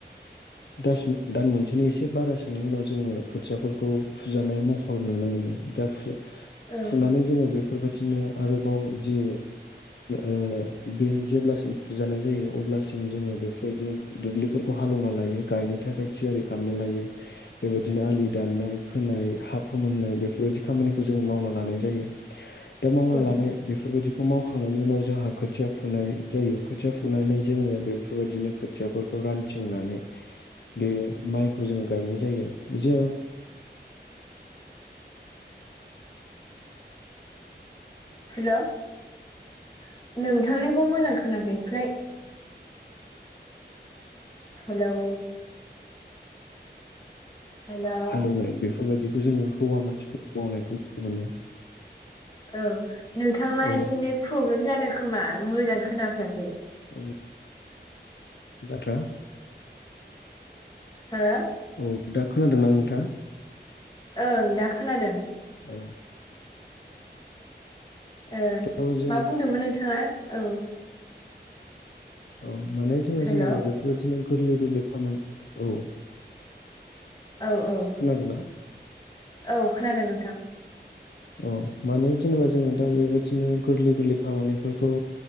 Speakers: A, on the left; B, on the left.
A: दास दान मोनसेनि एसे बारासोनि उनाव जोङो खोथियाफोरखौ फुजानाय महर नुनो मोनो दा फु
B: औ
A: फुनानै जोङो बेफोरबायदिनो आरोबाव जि ओ बे जेब्लासिम फुजानाय जायो अब्लासिम जोङो बेफोरबायदिनो दुब्लिफोरखौ हालौना लायो गायनो थाखाय थियारि खालामना लायो। बेबायदिनो आलि दाननाय खोनाय हा फोमोननाय बेफोरबायदि खामानिखौ जोङो मावना लानाय जायो। दा मावना
B: औ
A: लानाय बेफोरबायदिखौ मावखांनायनि उनाव जोंहा खोथिया फुनाय जायो। खोथिया फुनानै जोङो बेफोरबायदिनो खोथियाफोरखौ रानथिंनानै बे माइखौ जोङो गायनाय जायो। जों
B: हेल' नोंथांनिखौ मोजां खोनाफैयासैलाय। हेलौ हेलौ
A: हालेवनाय बेफोरबायदिखौ जोङो हौवा मानसिफोर मावनायखौ नुनो मोनो।
B: औ नोंथां एसे
A: औ
B: नेट प्रब्लेम जादों खोमा मोजां खोनाफैयाखै।
A: औ दाथा
B: हो?
A: औ दा खोनादोंना नोंथां?
B: ओं दा खोनादों।
A: औ
B: ओ
A: थ' जों
B: मा बुंदोंमोन नोंथाङा? औ
A: औ माने जोङो
B: हेलौ
A: जेनेबा बेफोरबायदिनो गोरलै गोरलै खामानि औ
B: औ औ
A: खोनादोंना
B: औ खोनादों नोंथां।
A: अ माने जेनेबा जोङो दा बेबायदिनो गोरलै गोरलै खामानिफोरखौ